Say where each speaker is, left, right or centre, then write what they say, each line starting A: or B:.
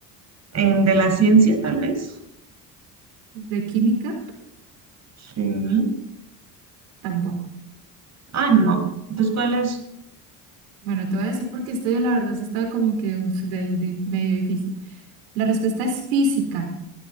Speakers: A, on the right; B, on the right.
A: ¿en ¿de la Ciencia, tal vez?
B: De química,
A: Sí.
B: tampoco.
A: Ah, no. Entonces, ¿cuál es?
B: Bueno, te voy a decir porque este, la verdad, sí estaba como que uf, de- de- medio difícil. La respuesta es física.